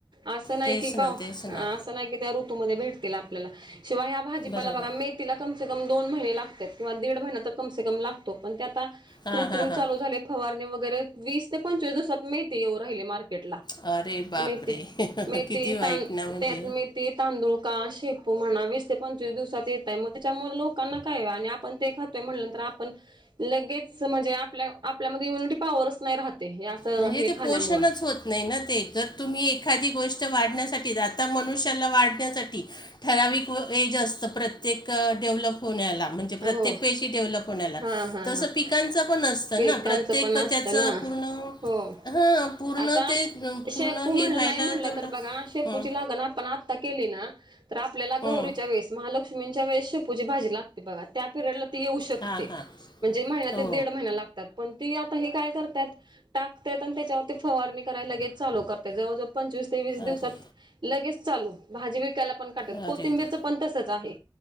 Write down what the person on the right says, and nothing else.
आस नाही
की कवा,
आ
असं को नाही की त्या ऋतूमध्ये भेटतील आपल्याला, शिवाय हा भाजीपाला
बघा, मेथिला कम से कम दोन महिने लागतात. किंवा दीड महिना तर कम से कम लागतो पण ते आता
कृत्रिम
चालू
झाले फवारणी वगैरे, वीस ते पंचवीस दिवसात मेथी येऊ राहिली मार्केटला.
मेथी, मेथी
तान
त्यात मेथ ते तांदुळ का शेपू म्हणा, वीस ते पंचवीस दिवसात येतय, मग त्याच्यामुळे लोकांना काय आणि आपण ते खातोय म्हणल्यांतर आपण लगेच म्हणजे आपल्या, आपल्यामध्ये इम्युनिटी पॉवरच नाही राहतय हे असं
हे
खाण्यामुळ.
हो
हा हा
हा
पिकांचं
पण
असतं
ना
हो
आता
शेपू
म्हण
नाही म्हणलं
तर बघा शेपूची
लागन आपण आता आता केली ना तर आपल्याला
गौरीच्या वेळेस महालक्ष्मींच्या वेळेस शेपूची भाजी लागते. ती बघा त्या पिरियडला ती येऊ शकते.
म्हणजे महिना
ते दीड महिना लागत. पण ती आता हे काय करत्यात टाकत्यात आणि त्याच्यावरती फवारणी करायला लगेच चालू करत. जवळजवळ पंचवीस ते वीस दिवसात
लगेच चालू, भाजी विकायला पण काढत्यात,
कोथिंबीरच
पण तसच आहे,